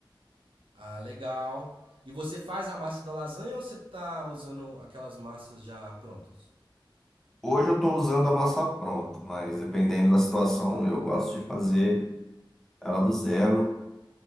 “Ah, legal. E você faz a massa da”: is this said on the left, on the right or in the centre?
Right